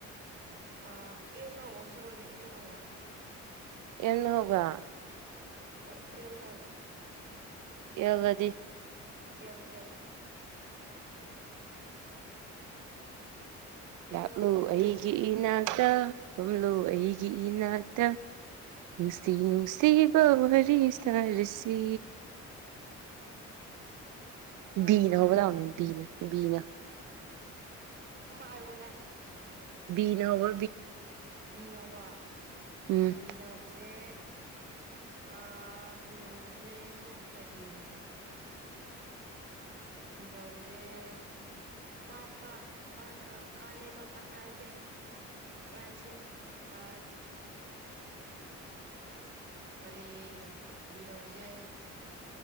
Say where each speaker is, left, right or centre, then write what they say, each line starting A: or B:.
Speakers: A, on the right (about 35°); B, on the right (about 85°).
A: ꯑꯥ ꯌꯦꯜꯅꯥꯎꯧꯕ ꯑꯃ ꯆꯠꯂꯨꯅꯤ ꯑꯦꯜꯅꯥꯧꯕ
B: ꯑꯦꯜꯅ ꯍꯧꯒ
A: ꯍꯣꯏ ꯑꯦꯜꯅ ꯍꯧꯕ
B: <unintelligible>
A: ꯑꯦꯜ ꯏꯜ ꯑꯦꯜ
B: ꯂꯥꯛꯂꯨ
A: ꯅꯧꯕ ꯑꯃ ꯁꯛꯂꯛꯑꯣꯕ
B: ꯑꯩꯒꯤ ꯏ ꯅꯥꯛꯇ ꯐꯝꯂꯨ ꯑꯩꯒꯤ ꯏꯅꯥꯛꯇ ꯅꯤꯡꯁꯤ ꯅꯨꯡꯁꯤꯕ ꯋꯥꯔꯤ ꯁꯥꯔꯁꯤ
A: <inaudible> ꯅꯪ
B: ꯕꯤꯅ
A: ꯑꯃ
B: ꯍꯕꯂꯅꯤꯕꯤꯅꯕꯤꯅ
A: ꯍꯥꯏꯔꯛꯑꯣꯅꯦ ꯑꯃ ꯍꯥꯏꯔꯣꯅꯦ
B: ꯕꯤꯅꯕ
A: ꯕꯤꯅꯋꯥ
B: ꯎꯝ
A: ꯕꯤꯅ ꯍꯧꯕꯁꯦ ꯑꯥ ꯕꯤꯅ ꯍꯧꯕꯁꯦ ꯀꯔꯤ ꯄꯤꯅ ꯍꯧꯕꯁꯦ ꯥꯕꯥꯔꯀꯥ ꯕꯥꯔꯀꯥ ꯈꯂꯦꯅꯣꯇꯥ ꯑꯦ ꯅꯠꯇꯦ ꯭ꯔꯥꯖꯤꯜ ꯑ ꯀꯔꯤ ꯕꯤꯅ ꯍꯧꯕꯁꯦ